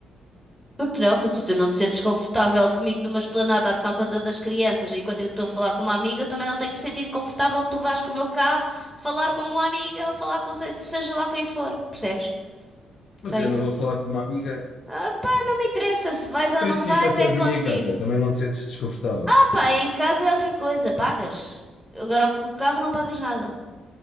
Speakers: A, in the centre; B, on the left (about 60°).
A: Por que não? Porque se tu não te sentes confortável comigo numa esplanada a tomar conta das crianças enquanto eu estou a falar com uma amiga, eu também não tenho que me sentir confortável que tu vás com o meu carro falar com uma amiga ou falar com se- seja lá quem for. Percebes?
B: Mas
A: Só isso.
B: eu não vou falar com uma amiga.
A: Ah pá, não me interessa se vais
B: Então
A: ou não
B: isso
A: vais,
B: ficar sozinha
A: é contigo.
B: em casa, também não te sentes desconfortável.
A: Ah pá, em casa é outra coisa, pagas. Agora o o carro não pagas nada.